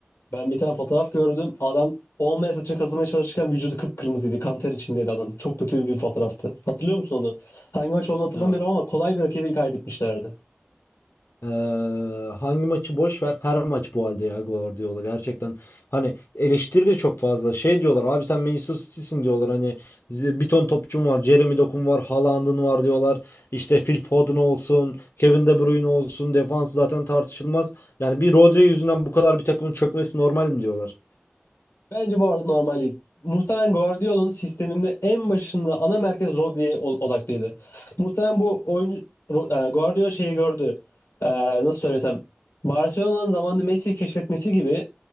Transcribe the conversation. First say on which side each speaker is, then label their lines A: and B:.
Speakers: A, on the left (about 75°); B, on the left (about 60°).
A: Ben bir tane fotoğraf gördüm. Adam olmayan saçını kazımaya çalışırken vücudu kıpkırmızıydı. Kan ter içindeydi adam. Çok kötü bir fotoğraftı. Hatırlıyor musun onu? Hangi maç olduğunu hatırlamıyorum
B: Ya,
A: ama kolay bir rakibi kaybetmişlerdi.
B: eee, hangi maçı boş ver her maç bu halde ya Guardiola gerçekten. Hani eleştiri de çok fazla. Şey diyorlar abi sen Manchester City'sin diyorlar hani z- bir ton topçun var. Jeremy Dokun var, Haaland'ın var diyorlar. İşte Phil Foden olsun, Kevin De Bruyne olsun defans zaten tartışılmaz. Yani bir Rodri yüzünden bu kadar bir takımın çökmesi normal mi diyorlar?
A: Bence bu arada normal değil. Muhtemelen Guardiola'nın sisteminde en başında ana merkez Rodri'ye ol- odaklıydı. Muhtemelen bu oyuncu Ro- e, Guardiola şeyi gördü. E, nasıl söylesem Barcelona'nın zamanında Messi'yi keşfetmesi gibi